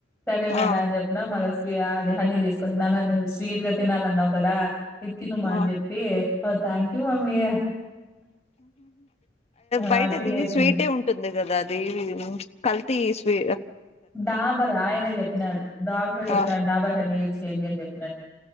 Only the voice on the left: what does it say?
ఆ
ఆ
బయటది
స్వీటే ఉంటుంది కదా అది అవి కల్ తీ స్వే
ఆ